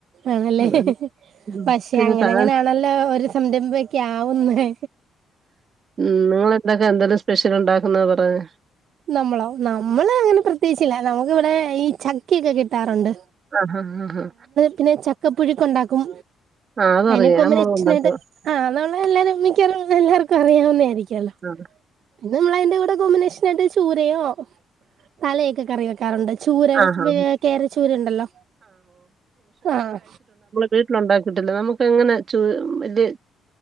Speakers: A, on the right; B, on the right.
A: ആന്നല്ലേ
B: അതാണ് ഉം
A: പക്ഷെ
B: പിന്നെ
A: അങ്ങനെ
B: താ
A: അങ്ങനെയാണല്ലോ ഒരു സംരംഭം ഒക്കെ ആവുന്ന്
B: ഉം നിങ്ങെന്തൊക്കെ എന്തേലും സ്പെഷ്യൽ ഉണ്ടാക്കുന്നത് പറഞ്ഞേ
A: നമ്മളോ നമ്മള് അങ്ങനെ പ്രത്യേകിച്ചില്ല ഞങ്ങക്ക് ഇവിടെ ഈ ചക്കയൊക്കെ കിട്ടാറൊണ്ട്
B: ആഹ് ഹാ ഹ് ഹ്
A: പിന്നെ ചക്കപ്പുഴുക്ക്‌ ഉണ്ടാക്കും
B: ആഹ് അതറിയാം
A: അയ്ന് കൊമ്പിനേഷ്നായിട്ട്
B: നമ്മള് ഉണ്ടാക്കും
A: ആഹ് അത് ഉള്ളെ എല്ലാരും മിക്കവാറും എല്ലാർക്കും അറിയാവുന്നെ ആയിരിക്കും അല്ലോ
B: ആണ്
A: പിന്നെ നമ്മൾ അയ്ന്റെ കൂടെ കോമ്പിനേഷനായിട്ട് ചൂരയോ തലയൊക്കെ കറിവെ ക്കാറുണ്ട് ചൂര
B: ആഹ് ആഹ്
A: വേ കേര ചൂര ഇണ്ടല്ലോ ആഹ്
B: വീട്ട്ല് ഉണ്ടാക്കിയിട്ടില്ല നമുക്ക് അങ്ങനെ ചൂ വല്യെ